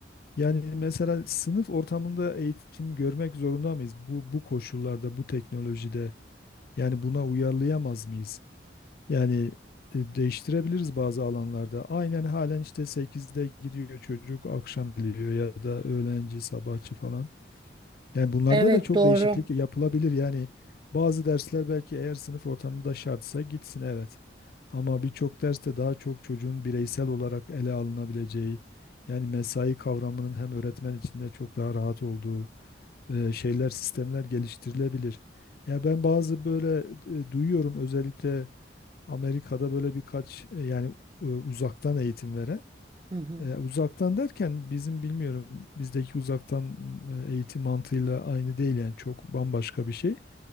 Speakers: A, on the left; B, on the right.
A: Yani mesela sınıf ortamında eğitim görmek zorunda mıyız? Bu bu koşullarda, bu teknolojide yani buna uyarlayamaz mıyız? Yani e, değiştirebiliriz bazı alanlarda. Aynen halen işte sekizde gidiyor çocuk, akşam geliyor ya da öğlenci, sabahçı falan. Yani bunlarda
B: Evet
A: da çok
B: doğru.
A: değişiklik yapılabilir. Yani bazı dersler belki eğer sınıf ortamında şartsa gitsin evet. Ama birçok derste daha çok çocuğun bireysel olarak ele alınabileceği, yani mesai kavramının hem öğretmen içinde çok daha rahat olduğu e, şeyler, sistemler geliştirilebilir. Ya ben bazı böyle e, duyuyorum özellikle Amerika'da böyle birkaç e, yani e, uzaktan eğitim veren
B: Hı hı.
A: e, uzaktan derken bizim bilmiyorum bizdeki uzaktan e, eğitim mantığıyla aynı değil yani çok bambaşka bir şey.